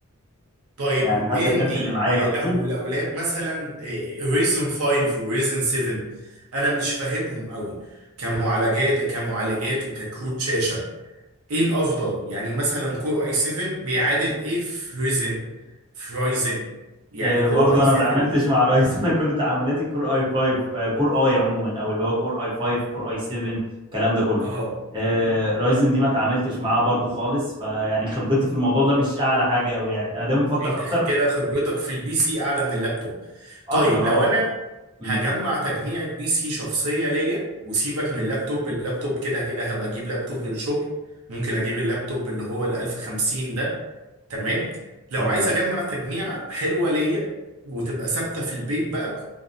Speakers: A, on the right; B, on the right.
A: طيب
B: يعني حتى
A: اي
B: الكارت
A: ام دي
B: اللي معايا دلوقتي
A: لو لو لاب مثلا ريزن 5 وريزن 7 انا مش فاهمهم قوي كمعالجات كمعالجات وككروت شاشه ايه الافضل؟ يعني مثلا كور اي 7 بيعادل ايه في ريزن في رايزن يعني
B: آه،
A: كور
B: برضو
A: اي
B: انا
A: 7
B: ما اتعاملتش مع رايز <laughs> انا كل تعاملاتي كور اي 5 آه، كور اي عموما او اللي هو كور اي 5 كور اي 7 الكلام ده كله
A: اه
B: آه، رايزن دي ما اتعاملتش معاها برضو خالص فيعني خبرتي في الموضوع ده مش اعلى حاجه قوي يعني انا دايما بفكر
A: انت
B: اكتر
A: كده خبرتك في البي سي اعلى من اللابتوب
B: اكتر
A: طيب لو
B: اه
A: انا
B: امم
A: هجمع تجميعة بي سي شخصية ليا وسيبك من اللابتوب اللابتوب كده كده هبقى اجيب لابتوب للشغل ممكن اجيب اللابتوب اللي هو ال 1050 ده تمام لو
B: تمام
A: عايز اجمع تجميعة حلوة ليا وتبقى ثابتة في البيت بقى